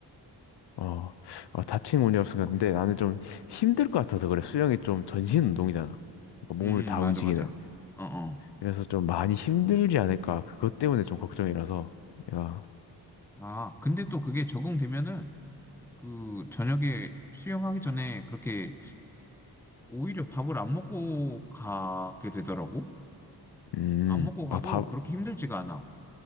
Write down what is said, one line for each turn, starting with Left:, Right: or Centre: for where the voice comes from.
Left: 어, 어, 다친 운이 없었근데 나는 좀 힘들 것 같아서 그래. 수영이 좀 전신 운동이잖아. 그러니까
Centre: 음,
Left: 몸을 다
Centre: 음, 맞아,
Left: 움직이는.
Centre: 맞아. 어, 어.
Left: 그래서 좀 많이 힘들지 않을까. 그것 때문에 좀 걱정이라서 내가,
Centre: 아, 근데 또 그게 적응되면은 그 저녁에 수영하기 전에 그렇게 오히려 밥을 안 먹고 가게 되더라고.
Left: 음,
Centre: 안 먹고 가도
Left: 아, 밥,
Centre: 그렇게 힘들지가 않아.